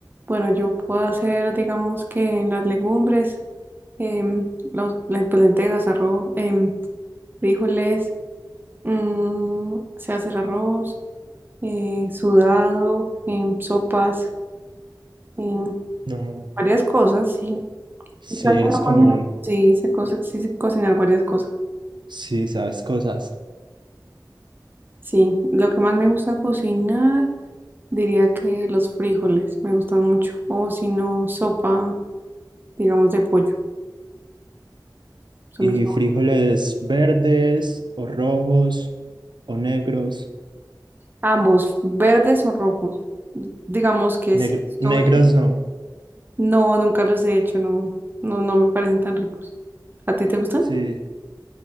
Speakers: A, on the right; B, on the right.
A: bueno, yo puedo hacer, digamos que las legumbres, em, los, le- pues, lentejas, arroz, em, frijoles, mm, sé hacer arroz, eh, sudado, em, sopas, em,
B: No,
A: varias cosas, sí.
B: si
A: En casa
B: eres
A: no cocino,
B: común,
A: Sí, sé, co- sí sé cocinar varias cosas.
B: si sabes cosas.
A: Sí, lo que más me gusta cocinar, diría que los frijoles me gustan mucho. O si no, sopa, digamos, de pollo. Son
B: ¿Y
A: mis
B: frijoles verdes o rojos? O negros.
A: ambos, verdes o rojos. Digamos que si
B: Negr-
A: estoy,
B: negros no.
A: no, nunca los he hecho, no, no, no me parecen tan ricos. ¿A ti te gustan?
B: Sí,